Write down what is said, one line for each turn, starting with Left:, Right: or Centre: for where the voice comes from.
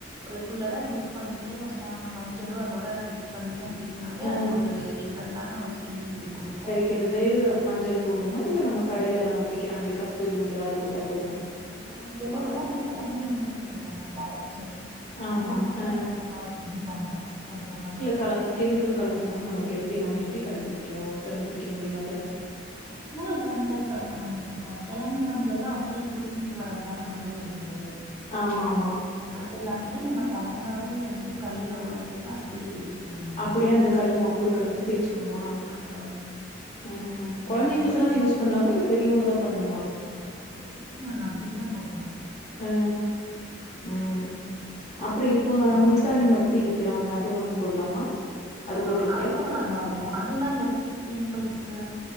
Right: ரெகுலரா யூஸ் பண்ணிட்டே வந்தாங்க மஞ்சளு அதோட மிக்ஸ் பண்ணி அப்டின்னாவே
Left: அ
Right: அது ஒரு டிஃப்ரண்டான ஒரு ஸ்கின் உங்ளுக்கு கொடுக்கூ
Left: கெடுதே மஞ்சள் போட்ணுமா இல்ல நம்ம கடைல விக்கிறாங்களே கஸ்தூரி மஞ்சள் அது போட்டா போதுமா
Right: அந்த மஞ்சள விட அந்த கெழங்கு மஞ்சள்னு சொல்றாங்கல்ல அர ச்சி
Left: ஆமா
Right: அதுன்னா
Left: அ
Right: கொஞ்ச நல்லாருக்கும் பாங்க அது ஒடம்புக்
Left: களந் கெமிக் கல் கலந்திருக்காங்க நமக்கு எப்டி நம்ம எப்டி கண்டுபுடிக்கணு கண்டுபுடிக்க முடியு அத
Right: அதுலயு கெமிக்கல் கலக்க முடியாதுக்கா கெழங்கு மஞ்சள்ல்லா அப்புடியே புடிங்கிட்டு வர்றதுதான மண்ணுலருந்து
Left: ஆமா ஆமா
Right: அதுல அப்டியே நம்ம கழங்காவே வந்து கல்லுல ஒரச்சு அப்டியே தேச்சுக்கவேண்டியதா
Left: அப்டியே அந்த கல்ல மாவு கூட கலந்து தேச்சு கனுமா
Right: ஆஹ்
Left: அ கொழந்தைங்களுக்கல்லா
Right: குழந்தைக்குமே
Left: யூஸ் பண்லாமா இல்ல பெரியவங்க தா பண்ணுமா
Right: பாப்பாவுக்கு நாங்க அப்டிதா போட்டோ
Left: அ ம்
Right: குழந்தையா
Left: அப்புறொ இப்போ
Right: இருக்கும் போது
Left: மூல்தானி மட் டி விக்கிறாங்க அது வாங்கி போட்லாமா
Right: ஆ
Left: அது போட்ருக்கியா
Right: அதுவு நல்லா இருக்கூ அதுல்லா இந்த பிம்பிள்ஸ்கு